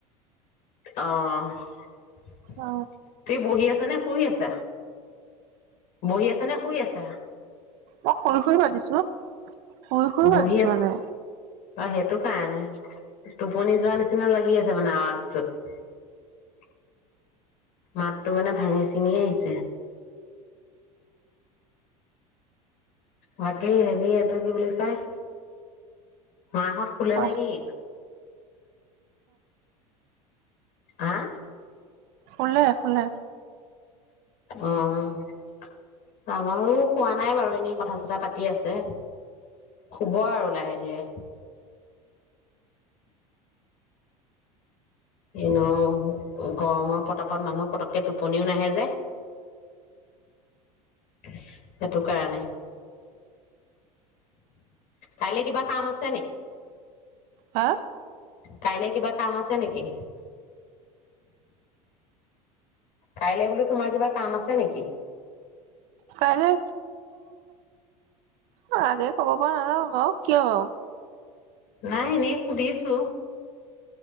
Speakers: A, on the left; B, on the right.
A: আহ তুমি
B: অ
A: বহি আছা নে শুই আছা? বহি আছা নে শুই আছা?
B: অই শুই-শুই মাতিছো শুই-শুই
A: বহি
B: পাজিছো
A: আছে
B: মানে
A: অ সেইটো কাৰণে, টোপনি যোৱা নিচিনা লাগি আছে মানে আৱাজটোত মাতটো মানে ভাঙি-চিঙি আহিছে। বাকী হেৰি এইটো কি বুলি কয়, মাহত শুলে
B: অ
A: নে কি? আহ?
B: খোলে-খোলে।
A: আহ, আমাৰো হোৱা নাই বাৰু এনেই কথা-চথা পাতি আছে, শুব আৰু লাহে ধীৰে। এনে গৰমত পতাপত মানুহ পতককে টোপনিও নাহে যে, সেইটো কাৰণে, কাইলে কিবা কাম আছে নিে?
B: হা?
A: কাইলে কিবা কাম আছে নেকি? কাইলে বোলো তোমাৰ কিবা কাম আছে নেকি?
B: কাইলৈ অ আগে ক'ব পৰা নাজা বাৰ, কিয়?
A: নাই এনেই সুধিছো,